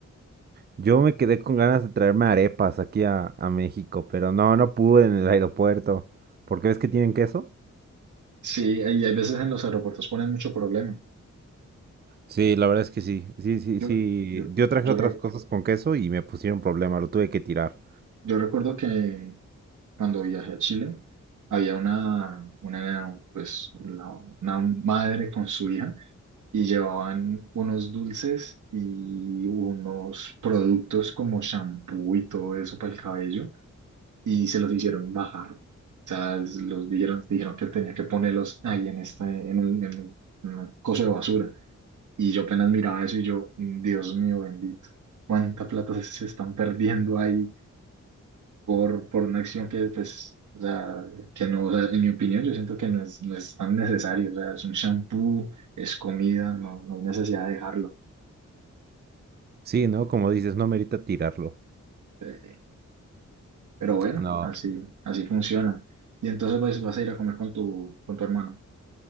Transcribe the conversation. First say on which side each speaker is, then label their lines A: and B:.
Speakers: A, on the right; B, on the right.
A: Yo me quedé con ganas de traerme arepas aquí a, a México, pero no, no pude en el aeropuerto. ¿Por qué ves que tienen queso?
B: Sí, y hay veces en los aeropuertos ponen mucho problema.
A: Sí, la verdad es que sí. Sí, sí,
B: Yo,
A: sí.
B: yo,
A: Yo traje
B: yo,
A: otras
B: re-
A: cosas con queso y me pusieron problema, lo tuve que tirar.
B: yo recuerdo que cuando viajé a Chile, había una, una, pues, una, una madre con su hija y llevaban unos dulces y unos productos como shampoo y todo eso para el cabello y se los hicieron bajar. O sea, los dijeron, dijeron que tenía que ponerlos ahí en, esta, en un, en un- en un coso de basura. Y yo apenas miraba eso y yo, "Mm, Dios mío bendito, cuánta plata se se están perdiendo ahí por, por una acción que, pues, o sea, que no, o sea, en mi opinión, yo siento que no es, no es tan necesario, o sea, es un shampoo, es comida, no, no hay necesidad de dejarlo.
A: Sí, ¿no? Como dices, no merita tirarlo.
B: Eh, pero bueno,
A: No.
B: así, así funciona. Y entonces pues, vas a ir a comer con tu, con tu hermano.